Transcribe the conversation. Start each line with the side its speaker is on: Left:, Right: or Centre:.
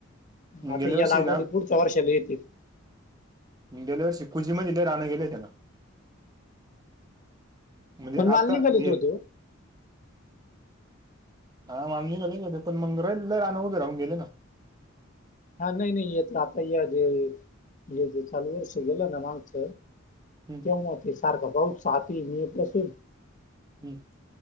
Left: आता
Right: गेल्या
Left: या
Right: वर्षी
Left: लागवडी
Right: ना
Left: पुढच्या वर्षाला येतील.
Right: गेल्या वर्षी खुचीमध्ये लई रान गेलं होते ना. म्हणजे
Left: पण माल
Right: आता
Left: निघाले होते हो.
Right: <inaudible> हा निघाले होते पण मग रन लई उभे राहून गेले ना.
Left: हा नाही नाही तर आता या जे जे चालू वर्ष गेलं ना मागच.
Right: हम्म.
Left: तेव्हा ते सारखं पाऊसहाती मे पासून.
Right: हम्म.